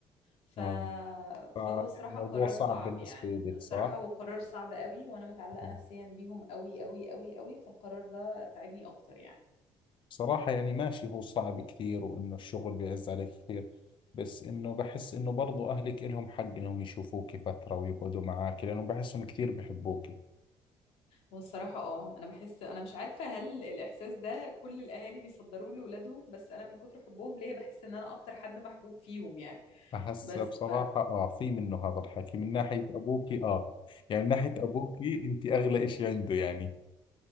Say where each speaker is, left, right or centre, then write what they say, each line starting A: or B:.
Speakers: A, on the left; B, on the left.
A: ف...
B: آه فيعني
A: فهو الصراحة
B: الموضوع
A: قرار
B: صعب
A: صعب
B: بالنسبة
A: يعني
B: لك
A: الصراحة
B: صح؟
A: هو قرار صعب قوي وأنا متعلقة
B: آه.
A: نفسيا بيهم قوي قوي قوي قوي فالقرار ده تعبني أكتر يعني
B: صراحة يعني ماشي هو صعب كثير وإنه الشغل بيعز عليك كثير بس إنه بحس إنه برضو أهلك إلهم حق إنهم يشوفوك فترة ويقعدوا معاك لأنه بحسهم كثير بحبوك
A: والصراحة اه أنا بحس أنا مش عارفة هل الإحساس ده كل الأهالي بيصدروه لأولادهم بس أنا من كتر حبهم ليا بحس إن أنا أكتر حد محبوب فيهم يعني
B: فهسه
A: بس
B: بصراحة
A: ف
B: آه في منه هذا الحكي من ناحية أبوك آه يعني من ناحية أبوك أنت أغلى إشي عنده يعني